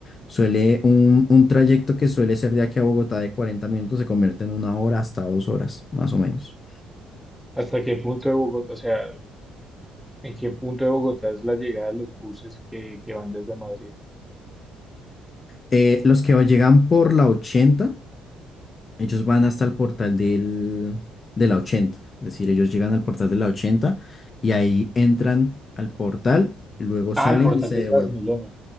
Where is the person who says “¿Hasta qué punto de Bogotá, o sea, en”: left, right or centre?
Centre